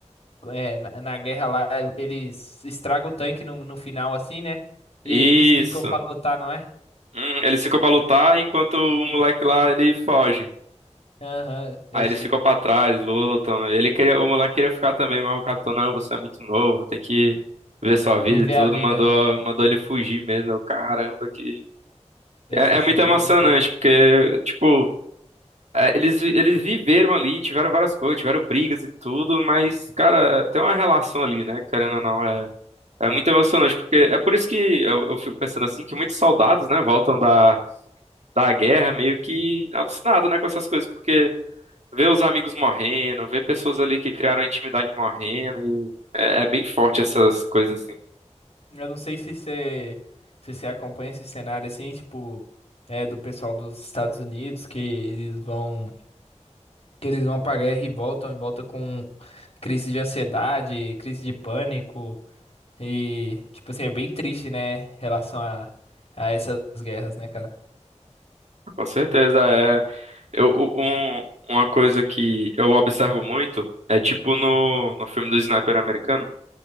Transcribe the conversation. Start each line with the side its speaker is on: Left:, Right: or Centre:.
Left: o- é, na, na guerra lá, eles estragam o tanque no, no final assim, né? E
Right: Isso.
Left: aí eles ficam pra lutar, não é?
Right: Hum, ele ficou pra lutar enquanto o moleque lá ele foge.
Left: Aham, eu
Right: Aí eles
Left: sei
Right: ficam
Left: como.
Right: pra trás, lutam. Ele queria, o moleque queria ficar também, mas o capitão, não, você é muito novo, tem que ver sua vida
Left: Viver
Right: e tudo.
Left: a vida.
Right: Mandou, mandou ele fugir mesmo. Eu, caramba, que.
Left: Esse
Right: É, é
Left: filme
Right: muito emocionante,
Left: é muito bom.
Right: porque, tipo, é, eles, vi- eles viveram ali, tiveram várias coisas, tiveram brigas e tudo, mas, cara, tem uma relação ali, né? Querendo ou não, é, é muito emocionante, porque é por isso que eu, eu fico pensando assim, que muitos soldados, né, voltam da, da guerra meio que alucinados, né, com essas coisas, porque. Ver os amigos morrendo, ver pessoas ali que criaram intimidade morrendo e é, é bem forte essas coisas assim.
Left: Eu não sei se você, se você acompanha esse cenário assim, tipo, é do pessoal dos Estados Unidos que eles vão que eles vão pra guerra e voltam, e volta com crise de ansiedade, crise de pânico e tipo assim, é bem triste, né, em relação a, a essas guerras, né, cara?
Right: Com certeza é. Eu, u- um- uma coisa que eu observo muito é tipo no, no filme do Sniper americano,